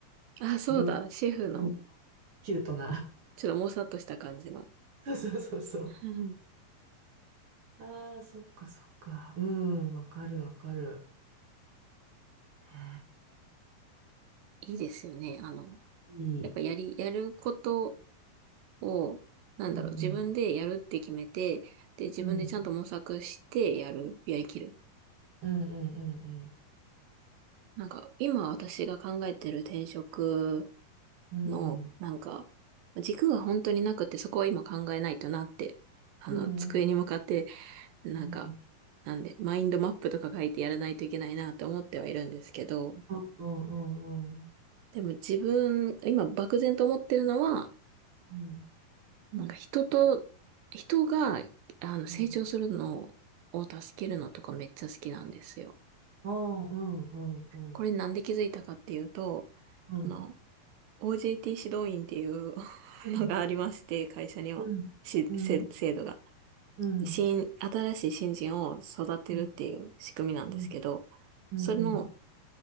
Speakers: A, on the right; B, on the right.
A: あ、そうだ、
B: 料理
A: シェフの、
B: 人キュートな。
A: ちょっともさっとした感じの。
B: <laughs> そうそうそうそう。
A: うん。
B: ああ、そっかそっか。うん、わかるわかる。ね
A: いいですよね。あの、
B: えいい。
A: やっぱやり、やることを、なんだろう、
B: うん、
A: 自分でやるって決めて、で、自分でちゃんと模索してやる、
B: うん、うん
A: やりきる。
B: うんうん
A: なんか、今私が考えてる転職
B: うん。
A: の、
B: うん。
A: なんか、軸が本当になくて、そこは今考えないとなって、あの、
B: うん。
A: 机に向かって、
B: うん。
A: なんか、
B: うんうん
A: なんで、マインドマップとか書いてやらないといけないなって思ってはいるんですけど、
B: うん
A: でも自分、今漠然と思ってるのは、
B: うん。
A: なんか人と、人が、あの、成長するのを助けるのとかめっちゃ好きなんですよ。
B: うん。ああ、うん、うん、うん、
A: これなんで気づいたかっていうと、
B: うん、
A: あの、OJT 指導員っていう
B: うん、
A: <laughs> のがありまして、会社には、
B: うん、
A: し、
B: うん、
A: せ、制度が。
B: うん、
A: 新、新しい新人を育てるっていう仕組みなんですけど、
B: うん、うん、うん。
A: それの
B: うん